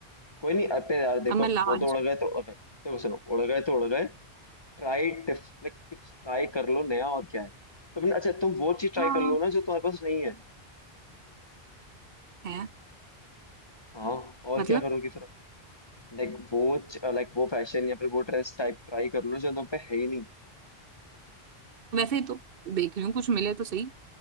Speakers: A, on the left (about 30°); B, on the right (about 65°).
A: कोई नहीं अबे यार देखो
B: अब मैं लावारिस
A: वो तो उड़
B: हूँ
A: गए तो उड़ गए देखो सुनो उड़ गए तो उड़ गए ट्राई टिफ लाइक कुछ ट्राई कर लो नया और क्या है तुमने अच्छा तुम वो चीज ट्राई
B: हाँ
A: कर लो ना जो तुम्हारे पास नहीं है
B: है
A: हाँ और
B: मतलब
A: क्या करोगी फिर लाइक वो लाइक वो फैशन या फिर वो ड्रेस टाइप ट्राई कर लो जो तुम पे है ही नहीं
B: वैसे ही तो देख रही हूँ कुछ मिले तो सही